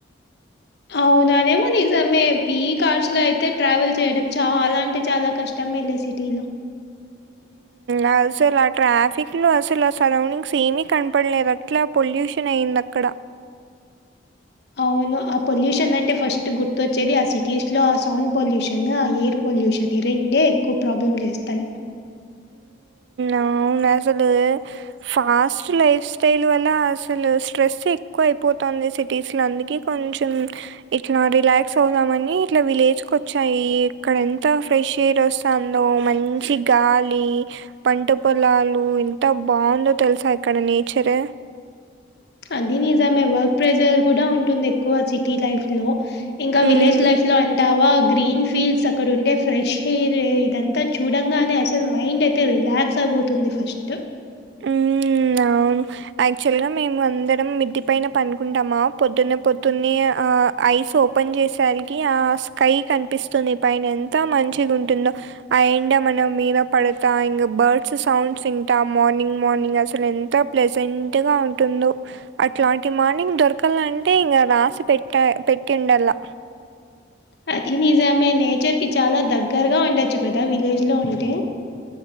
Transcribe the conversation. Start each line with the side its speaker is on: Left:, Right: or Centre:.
Left: అవునాదేమో నిజమే పి కార్స్ లో అయితే ట్రావెల్ చేయడం చాలా అంటే చాలా కష్టం ఎమ్మెల్యే సిటీలో
Right: ఉ అసలు ఆ ట్రాఫిక్ లో అసలు ఆ సరౌండింగ్స్ ఏమీ కనపడలేదు అట్లే పొల్యూషన్ అయ్యంది అక్కడ
Left: అవును ఆ పొల్యూషన్ అంటే ఫస్ట్ గుర్తొచ్చేది ఆ సిటీస్ లో ఆ సౌండ్ పొల్యూషన్ ఆ ఎయిర్ పొల్యూషన్ ఈ రెండే ఎక్కువ ప్రాబ్లమ్ చేస్తాయి
Right: అవునసలు ఫాస్ట్ లైఫ్ స్టైల్ వల్ల అసలు స్ట్రెస్ ఎక్కువ అయిపోతుంది సిటీస్ లో అందుకే కొంచెం ఇట్లా రిలాక్స్ అవుదామని ఇట్లా విలేజ్ కు వచ్చాయి ఇక్కడ ఎంత ఫ్రెష్ ఎయిర్ వస్ తాందో మంచి గాలి లీ పంట పొలాలు ఎంత బావుందో తెలుసా ఇక్కడ నేచర్
Left: అది నిజమే వర్క్ ప్రెజర్ కూడా ఉంటుంది ఎక్కువ సిటీ లైఫ్ లో ఇంకా
Right: హ్మ్.
Left: విలేజ్ లైఫ్ లో అంటావా గ్రీన్ ఫీల్డ్స్ ఇక్కడ ఉండే ఫ్రెష్ ఎయిర్ ఇదంతా చూడంగానే అసలు మైండ్ అయితే రిలాక్స్ అవ్పోతుంది ఫస్ట్
Right: హ్మ్. అవును యాక్చువల్ గా మేము అందరం మిద్దె పైన పనుకుంటామా పొద్దున్న పొద్దున్నే ఆ ఐస్ ఓ ఓపెన్ చేసరికి ఆ స్కై కనిపిస్తుంది పైన ఎంత మంచిగుంటుందో ఆ ఎండ మనం మీద పడతా ఇంగా బర్డ్స్ సౌండ్స్ వింటాం మార్నింగ్ మార్నింగ్ అసలు ఎంత ప్లెజెంట్గా ఉంటుందో అట్లాంటి మార్నింగ్ దొరకాలంటే ఇంగ రాసిపెట్ట పెట్టూండాల
Left: అది నిజమే నేచర్ కి చాలా దగ్గరగా ఉండొచ్చు కదా విలేజ్ లో ఉంటే